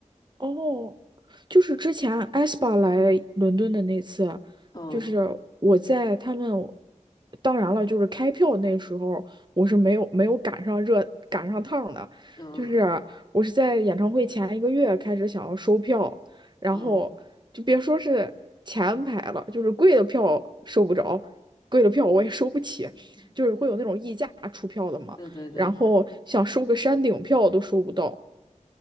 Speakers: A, on the right; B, on the left.
A: 哦，就是之前 aespa 来伦敦的那次，
B: 嗯
A: 就是我在他们，当然了，就是开票那时候我是没有没有赶上热赶上趟的，
B: 嗯
A: 就是我是在演唱会前一个月开始想要收票，然后就别说是前排了，
B: 嗯
A: 就是贵的票收不着，贵的票我也收不起，
B: 嗯，
A: 就是会有那种溢价出票的嘛，
B: 对对对，
A: 然后想收个山顶票都收不到，